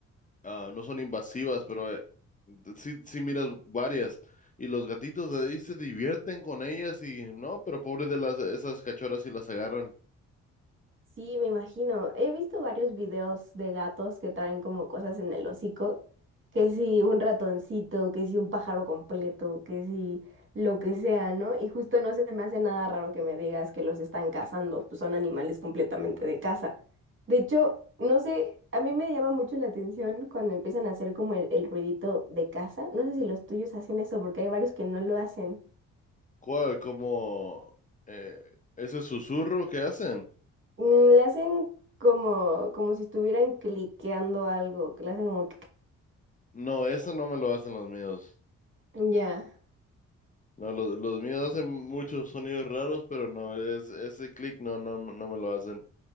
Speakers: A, on the left; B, on the right.
A: ah, no son invasivas, pero eh, sí, sí miras varias. Y los gatitos ahí se divierten con ellas y no, pero pobres de las esas cachorras si las agarran.
B: Sí, me imagino. He visto varios videos de gatos que traen como cosas en el hocico, que si un ratoncito, que si un pájaro completo, que si lo que sea, ¿no? Y justo no se me hace nada raro que me digas que los están cazando, pues son animales completamente de caza. De hecho, no sé, a mí me llama mucho la atención cuando empiezan a hacer como el, el ruidito de caza. No sé si los tuyos hacen eso, porque hay varios que no lo hacen.
A: ¿Cuál? Como eh, ese susurro que hacen.
B: Mm, Le hacen como, como si estuvieran cliqueando algo, que le hacen como...
A: No, eso no me lo hacen los míos.
B: Ya,
A: No, los, los míos hacen muchos sonidos raros, pero no, es, ese clic no, no, no me lo hacen.